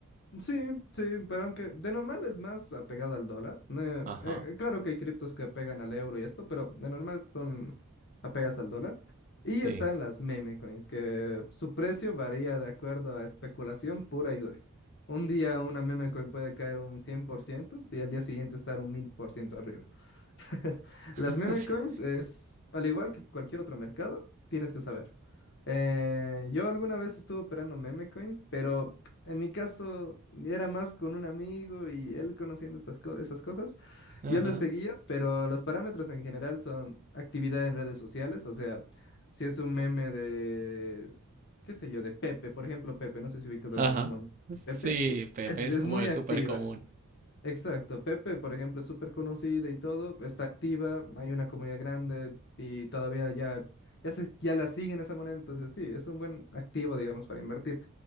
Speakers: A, on the left (about 55°); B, on the right (about 35°).
A: Sí, sí, pero aunque de normal es más apegada al dólar. Eh,
B: Ajá,
A: eh, claro que hay criptos que apegan al euro y esto, pero de normal son apegas al dólar. Y
B: sí.
A: están las meme coins, que su precio varía de acuerdo a especulación pura y dura. Un día una meme coin puede caer un 100% y al día siguiente estar un 1000% arriba. <laughs>
B: <laughs>
A: Las meme
B: Sí,
A: coins es, al igual que cualquier otro mercado, tienes que saber. Eh, yo alguna vez estuve operando meme coins, pero en mi caso era más con un amigo y él conociendo estas co- esas cosas.
B: ajá,
A: Yo lo seguía, pero los parámetros en general son actividad en redes sociales, o sea, si es un meme de, qué sé yo, de Pepe, por ejemplo, Pepe, no sé si ubicas a
B: ajá.
A: Pepe,
B: Sí, Pepe
A: es, es
B: es como
A: muy
B: el
A: activa.
B: súper común.
A: Exacto, Pepe, por ejemplo, es súper conocida y todo, está activa, hay una comunidad grande y todavía ya, ya, se- ya la siguen esa moneda, entonces sí, es un buen activo, digamos, para invertir.